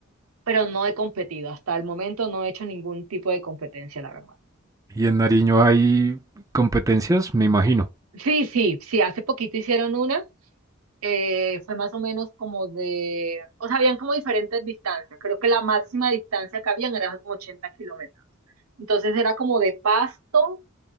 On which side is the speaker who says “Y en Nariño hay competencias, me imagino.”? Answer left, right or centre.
Right